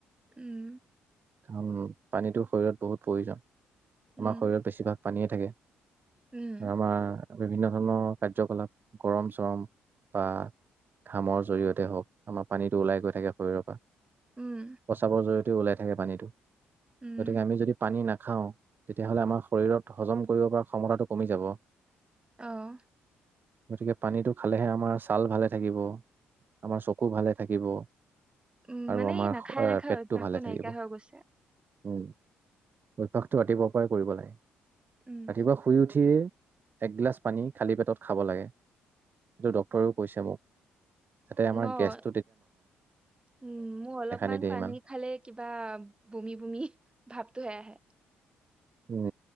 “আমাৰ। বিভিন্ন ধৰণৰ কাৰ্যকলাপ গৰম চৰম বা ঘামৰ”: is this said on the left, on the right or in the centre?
Right